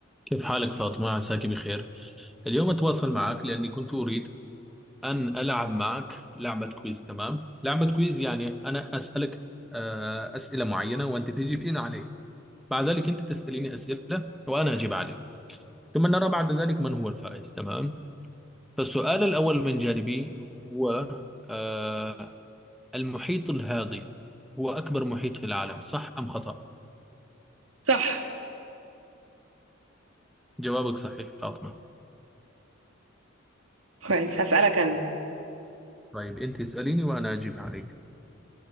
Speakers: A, in the centre; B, on the right.
A: كيف حالك فاطمة؟ عساك بخير. اليوم أتواصل معك لأني كنت أريد أن ألعب معك لعبة كويز تمام؟ لعبة كويز يعني أنا أسألك آه، أسئلة معينة وأنت تجيبين عليه. بعد ذلك أنت تسأليني أسئلة وأنا أجيب عليك. ثم نرى بعد ذلك من هو الفائز تمام؟ فالسؤال الأول من جانبي هو آه، المحيط الهادي هو أكبر محيط في العالم صح أم خطأ؟
B: صح
A: جوابك صحيح فاطمة.
B: كويس هسألك أنا
A: طيب أنت اسأليني وأنا أجيب عليك.